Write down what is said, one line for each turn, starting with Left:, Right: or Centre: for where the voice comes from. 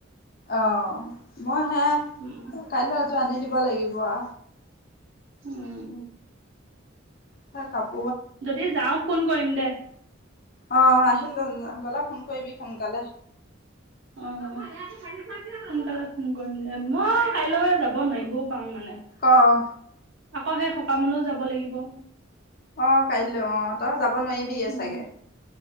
Left: অঁ। মই হে
Right: উম
Left: কাইলৈ আনি দিব লাগিব আ
Right: <inaudible>
Left: স কাপ
Right: যদি যাওঁ ফোন কৰিম দে
Left: আহ আহিল দে গলো ফোন কৰিবি সোনকালে।
Right: অ, সোনকালে ফোন কৰিম দে মই কাইলৈ যাব নোৱাৰি ব পাওঁ মানে
Left: অ',
Right: আকৌ সেই সকামলৈও যাব লাগিব।
Left: অ কাইলৈ অ তই যাব নোৱাৰিবি
Right: উম
Left: চাগে